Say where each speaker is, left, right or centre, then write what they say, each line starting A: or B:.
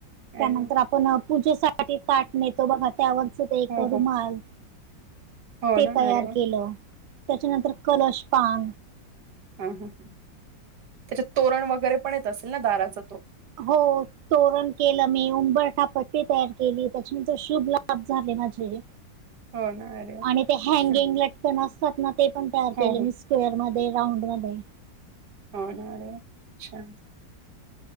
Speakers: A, on the right; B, on the right.
A: त्यानंतर,
B: अरे वाह!
A: आपण पूजेसाठी ताट नेतो बघा. त्यावर एक
B: हो,
A: रुमाल,
B: हो. हो
A: ते
B: ना,
A: तयार
B: अरे वाह!
A: केलं. त्याच्यानंतर कलश पान.
B: ह ह ह, त्याच्यात तोरण वगैरे पण येत असेल ना. दाराच.
A: हो, तोरण केलं मी. उंबरठा पट्टी तयार केली. त्याच्या शुभ लाभ झाले माझे.
B: हो ना. अरे वाह!
A: आणि ते हँगिंग
B: छान.
A: लटकन असतात ना. ते पण तयार
B: हो,
A: केले मी.
B: हो.
A: स्क्वेअर मध्ये राऊंड मध्ये.
B: हो णा. अरे वा छान.